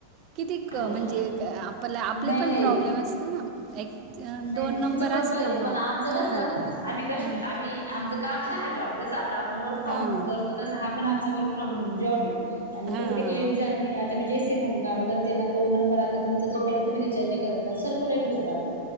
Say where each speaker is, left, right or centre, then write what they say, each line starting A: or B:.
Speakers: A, on the right; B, on the left.
A: किती क
B: हो
A: म्हणजे
B: का
A: आपल्याला आपले
B: नाही
A: पण
B: नाही
A: प्रॉब्लेम असतं ना एक अं,
B: नाही
A: दोन नंबर
B: तुमचं बरोबर
A: असल्यामुळं
B: आहे पण आमचं
A: हां
B: कसं. आम्ही कष्ट
A: हां
B: आम्ही आमचं काम आहे ना हा जॉब जस आता आपण वर्क फ्रॉम
A: हां
B: होम करतो. तसा हा पण आमचा वर्क फ्रॉम होम जॉब आहे आणि
A: हां
B: प्रत्येक
A: हां
B: लेडीज आणि मी जेसी म्हणून काम करते. त्यांना तो नंबर आता तुमचा जोपर्यंत तुम्ही रिचार्ज नाही करत तर सर्कुलेट होत राहतो.